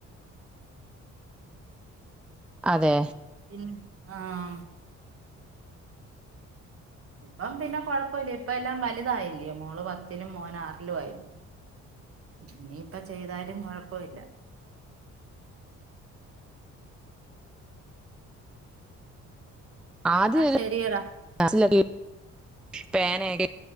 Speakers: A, in the centre; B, on the right.
A: അതെ
B: പിൻ ആഹ് ഇപ്പം പിന്നെ കൊഴപ്പൊല്ല. ഇപ്പ എല്ലാം വലുതായില്യാെ. മോള് പത്തിലും മോന് ആറ്ലും ആയി. ഇനിയിപ്പ ചെയ്താലും കൊഴപ്പോല്ല ആ
A: ആദ്യാ
B: എന്നാ ശരിയടാ
A: <unintelligible> പേനയൊക്കെ